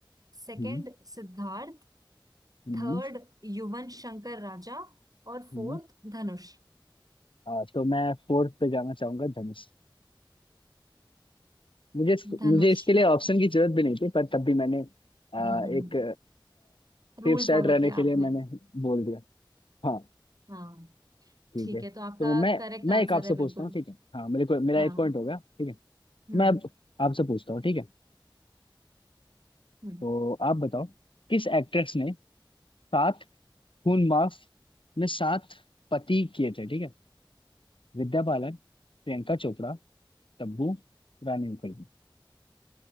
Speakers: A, on the right; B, on the left.
A: second
B: हम्म
A: Siddharth
B: हम्म,
A: third Yuvan Shankar Raja और
B: हम्म।
A: फोर्थ धनुष
B: आ, तो मैं फोर्थ पे जाना चाहूंगा धनुष मुझे इस-
A: धनुष
B: मुझे इसके लिए ऑप्शन की जरूरत भी नहीं थी पर तब भी मैंने आ,
A: <laughs>
B: एक
A: रूल
B: सेफ साइड
A: फॉलो
B: रहने
A: किया
B: के
A: आपने
B: लिए मैंने बोल दिया हाँ
A: हाँ
B: ठीक
A: ठीक
B: है
A: है तो आपका
B: तो मैं
A: करेक्ट
B: मैं
A: आंसर
B: एक आपसे
A: है
B: पूछता
A: बिल्कुल
B: हूँ ठीक है हाँ मेरे को मेरा
A: हाँ
B: एक पॉइंट हो गया ठीक है
A: हम्म
B: मैं अब आपसे पूछता हूँ ठीक है
A: हम्म
B: तो आप बताओ किस एक्ट्रेस ने सात खून माफ में सात पति किए थे ठीक है विद्या बालन प्रियंका चोपड़ा तब्बू रानी मुखर्जी